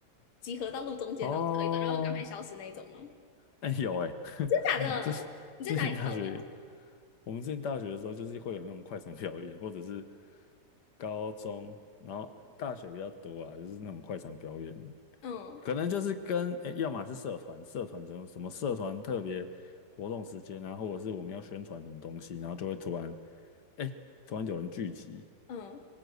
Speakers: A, on the left (about 85°); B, on the left (about 60°).
A: 集合到路中间，
B: 哦。
A: 然后跳一段，然后赶快消失那一种吗？
B: 哎有哎，<laughs>
A: 真假的？
B: 这
A: 你在哪里跳的？
B: 之前大学，我们之前大学的时候，就是会有那种快闪表演，或者是高中，然后大学比较多啊，就是那种快闪表演。
A: 嗯
B: 可能就是跟，诶要么是社团，社团这种什么社团特别活动时间啊，或者是我们要宣传什么东西，然后就会突然，哎，突然有人聚集，
A: 嗯